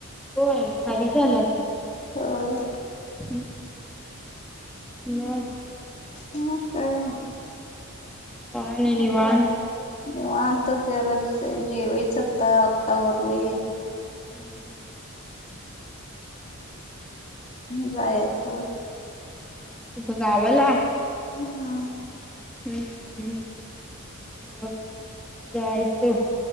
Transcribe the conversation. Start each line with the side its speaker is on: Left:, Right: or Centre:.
Centre: होय भारी झालं असं.
Left: होय
Centre: हू, मगं
Left: मगं काय?
Centre: काय नाही निवांत.
Left: आता निवांत जरासे जेवायचं आता आता आवरले.
Centre: हुं हुं,
Left: म जायायच
Centre: कुठ गावाला?
Left: हा.
Centre: हू हू, मग जायाचो